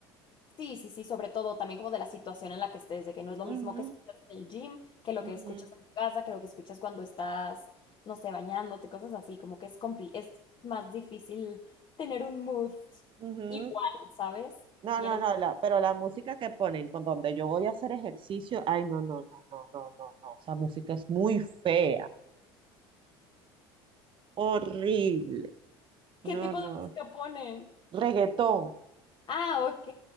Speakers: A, on the left (about 40°); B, on the right (about 40°).
A: Sí, sí, sí, sobre todo también como de la situación en la que estés, de que no es lo mismo
B: Ujú,
A: que escuchas en el gym, que lo
B: ujú,
A: que escuchas en tu casa, que lo que escuchas cuando estás, no sé, bañándote, cosas así, como que es compli- es más difícil tener un mood
B: Ujú.
A: igual, ¿sabes?
B: No,
A: Tiene
B: no,
A: un-
B: no, la, pero la música que ponen con donde yo voy a hacer ejercicio, ay, no, no, no, no, no, no, no, esa música es muy fea, horrible,
A: ¿Qué
B: no,
A: tipo
B: no,
A: de música ponen?
B: reggaetón,
A: Ah, ok.